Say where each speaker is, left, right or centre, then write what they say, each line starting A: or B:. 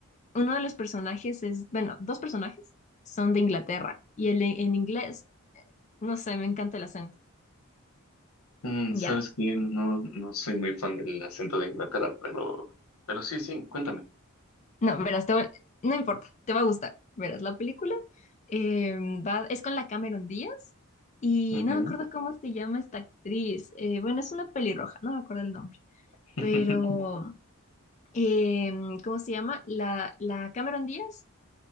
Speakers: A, on the left (about 35°); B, on the left (about 80°).
A: uno de los personajes es... Bueno, dos personajes son de Inglaterra y el en en inglés, no sé, me encanta el acento.
B: Mm, sabes
A: Ya,
B: que no, no soy muy fan del acento de Inglaterra, pero, pero sí, sí, cuéntame.
A: No, verás, te voy- no importa, te va a gustar. Verás, la película eh, va, es con la Cameron Díaz y
B: Ujú.
A: no me acuerdo cómo se llama esta actriz. Eh, bueno, es una pelirroja, no me acuerdo el nombre.
B: <laughs>
A: Pero, eh, ¿cómo se llama? La, la Cameron Díaz